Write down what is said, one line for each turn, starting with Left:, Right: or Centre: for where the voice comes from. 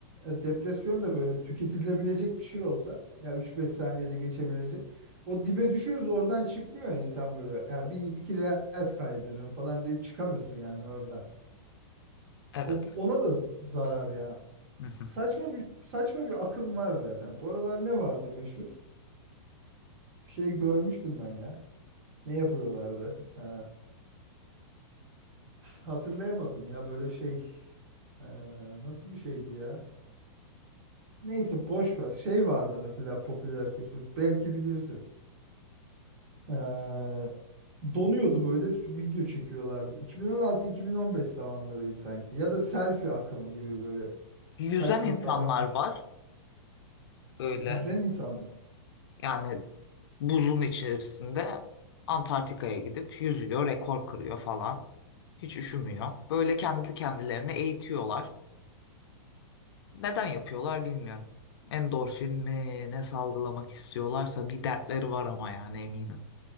Right: e, depresyon da böyle tüketilebilecek bir şey olsa ya 3-5 saniyede geçebilecek. O dibe düşüyoruz oradan çıkmıyor ya insan böyle. Ya bir iki reels kaydırırım falan deyip çıkamıyorsun yani orada.
Left: Evet.
Right: O, ona da zarar ya.
Left: Hı hı.
Right: Saçma bir saçma bir akım var zaten. Bu aralar ne vardı meşhur? Bir şey görmüştüm ben ya. Ne yapıyorlardı? Ee, hatırlayamadım ya böyle şey. Ee, nasıl bir şeydi ya? Neyse boş ver. Şey vardı mesela popüler kültür. Belki bilirsin. Ee, donuyordu böyle video çekiyorlardı. 2016-2015 zamanlarıydı sanki. Ya da selfie akımı gibi böyle
Left: Yüzen
Right: saçma
Left: insanlar
Right: sapan bir
Left: var böyle.
Right: yüzen insan.
Left: Yani buzun içerisinde Antarktika'ya gidip yüzüyor, rekor kırıyor falan. Hiç üşümüyor. Böyle kendi kendilerine eğitiyorlar. Neden yapıyorlar bilmiyorum. Endorfin mi ne salgılamak istiyorlarsa bir dertleri var ama yani eminim.